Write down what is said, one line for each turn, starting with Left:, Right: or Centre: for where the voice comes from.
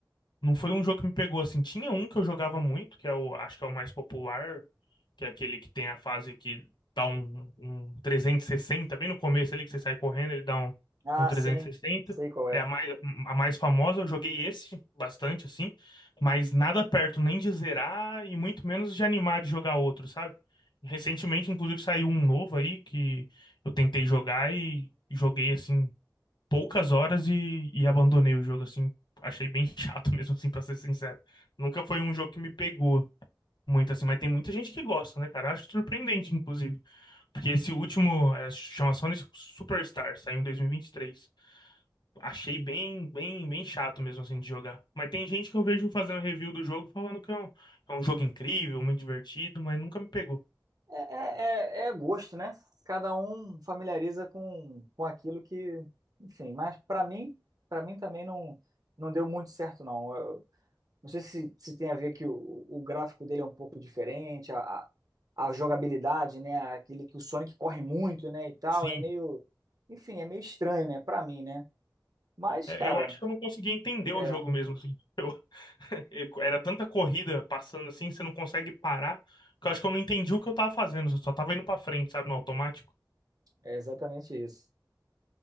Left: Não foi um jogo que me pegou assim. Tinha um que eu jogava muito, que é o, acho que é o mais popular, que é aquele que tem a fase que dá um, um trezentos e sessenta bem no começo ali, que você sai correndo, ele dá um,
Right: Ah,
Left: um trezentos
Right: sim,
Left: e sessenta
Right: sei qual é.
Left: É a mais, a mais famosa, eu joguei esse bastante, assim, mas nada perto nem de zerar e muito menos de animar de jogar outro, sabe? Recentemente, inclusive, saiu um novo aí que eu tentei jogar e joguei assim poucas horas e, e abandonei o jogo, assim. Achei bem <laughs> chato mesmo, assim, pra ser sincero. Nunca foi um jogo que me pegou muito, assim, mas tem muita gente que gosta, né, cara? Acho surpreendente, inclusive. Porque esse último é, chama Sonic Superstar, saiu em 2023. Achei bem, bem, bem chato mesmo, assim, de jogar. Mas tem gente que eu vejo fazendo review do jogo falando que é um, é um jogo incrível, muito divertido, mas nunca me pegou.
Right: É, é, é- é gosto, né? Cada um familiariza com, com aquilo que, enfim, mas pra mim, para mim também não, não deu muito certo, não. Não sei se, se tem a ver que o, o gráfico dele é um pouco diferente, a, a, a jogabilidade, né? Aquele que o Sonic corre muito, né? E tal,
Left: Sim.
Right: é meio. Enfim, é meio estranho, né? Pra mim, né? Mas,
Left: É,
Right: cara,
Left: Eu acho que eu não consegui entender
Right: é,
Left: o jogo mesmo, assim. <laughs> Era tanta corrida passando assim, você não consegue parar. Que eu acho que eu não entendi o que eu tava fazendo. Eu só tava indo pra frente, sabe, no automático.
Right: é exatamente isso.